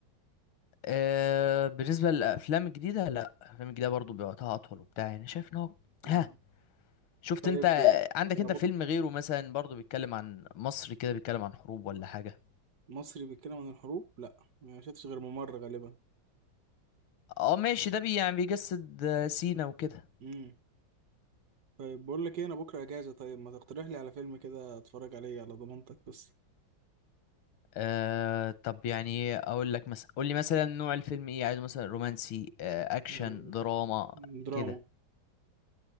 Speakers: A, on the left; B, on the right.
A: أه بالنسبه للافلام الجديده لا الافلام الجديده برضه بوقتها اطول وبتاع يعني شايف ان هو
B: مم.
A: ها شفت
B: طيب
A: انت عندك
B: انا
A: انت
B: بقى
A: فيلم غيره مثلا برضه بيتكلم عن مصر كده بيتكلم عن حروب ولا حاجه
B: مصري بيتكلم عن الحروب لا ما شفتش غير ممر غالبا
A: اه ماشي ده بي يعني بيجسد آه، سينا وكده
B: مم. طيب بقول لك ايه انا بكرة اجازة طيب ما تقترح لي على فيلم كده اتفرج عليه على ضمانتك بس
A: أه طب يعني اقول لك مثلا قول لي مثلا نوع الفيلم ايه عايزه مثلا رومانسي أه اكشن
B: آه،
A: دراما
B: دراما
A: كده